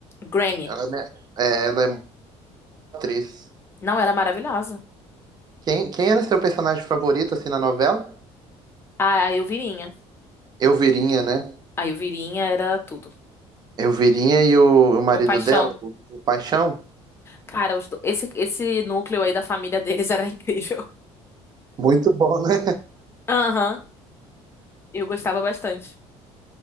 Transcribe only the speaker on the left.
Grammy.
Não, ela é maravilhosa.
A a Elvirinha.
A Elvirinha era tudo.
O Paixão.
Cara, os do- esse, esse núcleo aí da família deles era incrível.
<laughs> Aham. Eu gostava bastante.